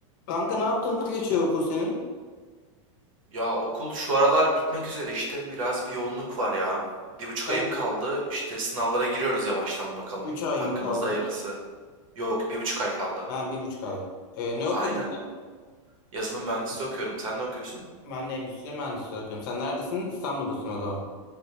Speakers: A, on the left; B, on the right.
A: Kanka ne yaptın? Nasıl geçiyor okul senin?
B: Ya okul şu aralar bitmek üzere işte biraz bir yoğunluk var ya. Bir buçuk
A: Sen
B: ayım kaldı işte sınavlara giriyoruz yavaştan bakalım
A: 3 ay
B: hakkımızda
A: mı kaldı?
B: hayırlısı. Yok bir buçuk ay kaldı.
A: Ha bir buçuk ay. Ee, ne okuyorsun
B: Aynen.
A: sen?
B: Yazılım mühendisliği okuyorum. Sen ne okuyorsun?
A: Ben de endüstri mühendisliği okuyorum. Sen neredesin? İstanbul'dasın o zaman.